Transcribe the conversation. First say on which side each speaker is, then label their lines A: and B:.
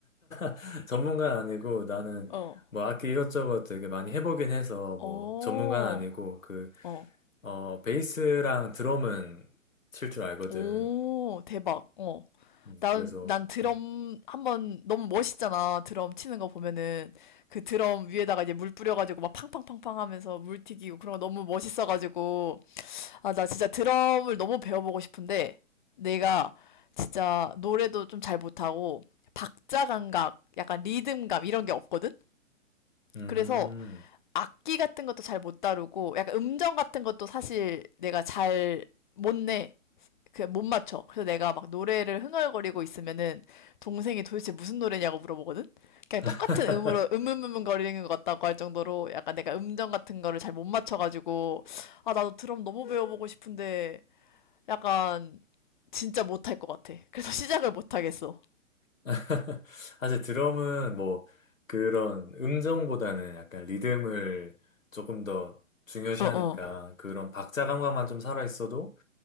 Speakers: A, on the left; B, on the left.
A: <laughs> 전문가는 아니고 나는
B: 어,
A: 뭐 악기 이것저것 되게 많이 해보긴 해서 뭐
B: 어,
A: 전문가는 아니고 그
B: 어.
A: 어, 베이스랑 드럼은 칠 줄 알거든.
B: 오, 대박. 어.
A: 음,
B: 난,
A: 그래서
B: 난 드럼
A: 음.
B: 한번 너무 멋있잖아. 드럼 치는 거 보면은 그 드럼 위에다가 이제 물 뿌려가지고 막 팡팡팡팡 하면서 물 튀기고 그런 거 너무 멋있어가지고. 아, 나 진짜 드럼을 너무 배워보고 싶은데 내가 진짜 노래도 좀 잘 못하고 박자 감각, 약간 리듬감 이런 게 없거든?
A: 음.
B: 그래서 악기 같은 것도 잘 못 다루고 약간 음정 같은 것도 사실 내가 잘 못 내. 그 못 맞춰. 그래서 내가 막 노래를 흥얼거리고 있으면은 동생이 도대체 무슨 노래냐고 물어보거든. 그냥
A: <laughs>
B: 똑같은 음으로 음음음음 거리는 것 같다고 할 정도로 약간 내가 음정 같은 거를 잘 못 맞춰가지고 아 나도 드럼 너무 배워보고 싶은데 약간 진짜 못할 것 같아. 그래서 <laughs> 시작을 못 하겠어.
A: <laughs> 사실 드럼은 뭐 그런 음정보다는 약간 리듬을 조금 더 중요시하니까
B: 어어.
A: 그런 박자 감각만 좀 살아있어도